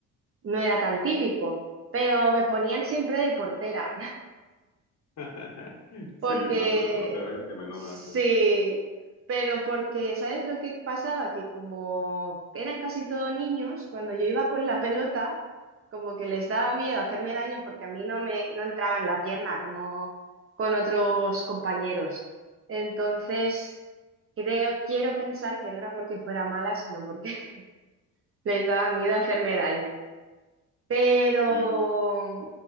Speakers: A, on the right; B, on the left.
A: no era tan típico. Pero me ponían siempre de portera
B: <laughs>
A: Porque
B: Sí, el puesto de portero es el que menos
A: sí,
B: hace.
A: pero porque, ¿sabes lo que pasaba? Que como eran casi todos niños, cuando yo iba con la pelota, como que les daba miedo hacerme daño porque a mí no me no entraba en la pierna como con otros compañeros. Entonces, creo, quiero pensar que no era porque fuera mala, sino porque <laughs> les daba miedo hacerme daño. Pero,
B: Sí,